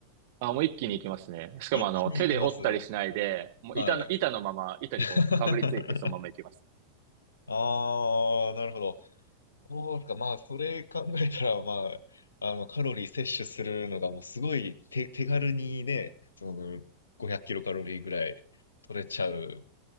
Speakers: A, on the right; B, on the left.
A: あ、もう一気にいきますね。しかもあの、
B: 一気にいきます。
A: 手で折ったりしないで、もう板の、
B: はい。
A: 板のまま、板にこう、
B: <laughs>
A: かぶりついてそのままいきます。
B: ああ、なるほど。そうですか。まあ、それ考えたら、まあ、あの、カロリー摂取するのが、もうすごい手、手軽にね、その、500キロカロリーぐらい取れちゃう